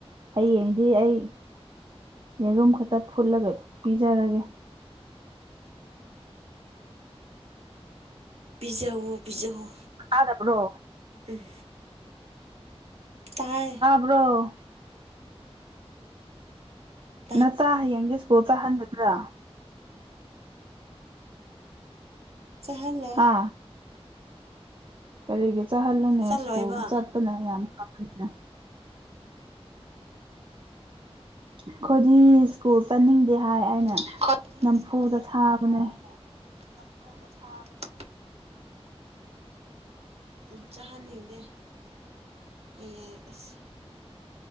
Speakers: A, on the right (about 50°); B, on the right (about 70°).
A: ꯍꯌꯦꯡꯗꯤ ꯑꯩ ꯌꯦꯔꯨꯝ ꯈꯇ ꯐꯨꯠꯂꯒ ꯄꯤꯖꯔꯒꯦ
B: ꯄꯤꯖꯧꯋꯣ ꯄꯤꯖꯧꯋꯣ
A: ꯇꯥꯗꯕ꯭ꯔꯣ
B: ꯎꯝ ꯇꯥꯏ
A: ꯔꯣ
B: ꯇꯥꯕ꯭ꯔꯣ
A: ꯅꯆꯥ ꯍꯌꯦꯡꯗꯤ ꯁꯀ꯭ꯨꯜ ꯆꯠꯍꯟꯒꯗ꯭ꯔꯥ
B: ꯆꯥꯍꯟꯂꯣꯏ
A: ꯍꯥ ꯀꯔꯤꯒꯤ ꯆꯍꯜꯂꯨꯅꯦ
B: ꯆꯠꯂꯣꯏꯕ
A: ꯁ꯭ꯀꯨꯜ ꯆꯠꯄꯅ ꯌꯥꯝ ꯐꯕꯅꯤꯅꯦ ꯑꯩꯈꯣꯏꯗꯤ ꯁ꯭ꯀꯨꯜ ꯆꯠꯅꯤꯡꯗꯦ ꯍꯥꯏ ꯑꯩꯅ
B: <unintelligible>
A: ꯅꯝꯐꯨꯗ
B: ꯁ꯭ꯀꯨꯜ ꯆꯠꯅꯤꯡꯗꯦ
A: ꯊꯥꯕꯅꯦ
B: ꯍꯥꯏ ꯑꯩꯅ ꯅꯝꯐꯨꯗ ꯊꯥꯕꯅꯦ ꯎꯝ ꯆꯥꯍꯟꯅꯤꯡꯗꯦ ꯍꯌꯦꯡ ꯑꯁ